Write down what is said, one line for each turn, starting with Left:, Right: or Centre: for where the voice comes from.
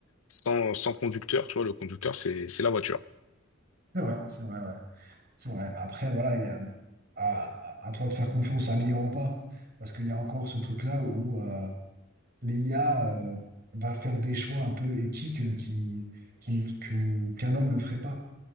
Left: sans, sans conducteur. Tu vois, le conducteur, c'est, c'est la voiture.
Right: C'est vrai, c'est vrai, ouais. C'est vrai. Après, voilà, il y a, à, à- à toi de faire confiance à l'IA ou pas. Parce qu'il y a encore ce truc-là où euh, l'IA euh, va faire des choix un peu éthiques euh, qui, qui- que- qu'un homme ne ferait pas.